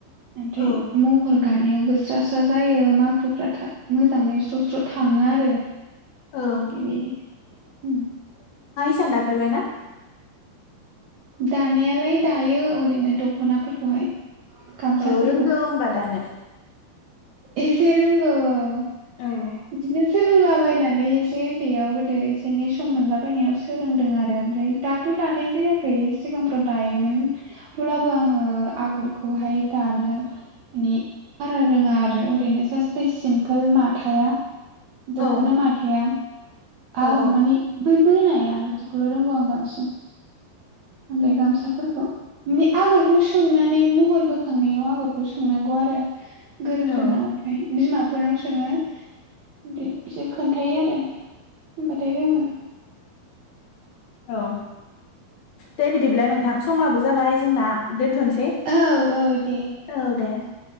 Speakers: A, on the right; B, on the left.
A: ओमफ्राय
B: औ
A: महर। गानायावबो स्रा स्रा जायो माखुफ्रा था मोजाङै स्र' स्र' थाङो आरो
B: औ
A: बेबायदि उम
B: सान्द दाफेरबायना?
A: दानायालाय दायो ओरैनो दख'नाफोरखौहाय गामसाफोरखौ
B: औ रोंगौ होनबा दानो
A: एसेे रोंगौ अ अ
B: औ
A: बिदिनो स सोलोंलाबायनानै एसे ओन्दैयाव गोदो एसे एनै सम मोनलाबायनायाव सोलोंदों आरो ओमफ्राय दाथ' दानाय जायाखै सिगांफ्रन दायोमोन अब्लाबो आङो आगरखौहाय दानो माने बारा रोङा आर रो ओरैनो जास्ट बे सिम्पोल माथाया दख'ना
B: औ
A: माथाया आं
B: औ
A: माने बै बोनाया बि दिखौल' रोंगौ आं बांसिन ओमफ्राय गामसाफोरखौ ओम्मे आगरखौ सोंनानै महर बोखांनायाव आगरखौ स सोंनांगौ आरो गोरोंफोरनाव
B: औ
A: ओमफ्राय बिमाफोरनाव सोङो ओमफाय बिसोर खोन्थायो आरो होमबाथाय रोङो
B: औ दे बिदिब्ला नोंथां समाबो जाबाय जोंना दोनथ'नसै
A: औ औ दे
B: औ दे ।